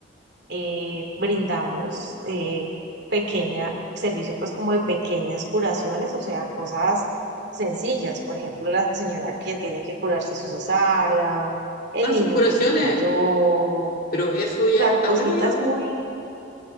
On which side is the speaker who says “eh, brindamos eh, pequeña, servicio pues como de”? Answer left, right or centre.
Right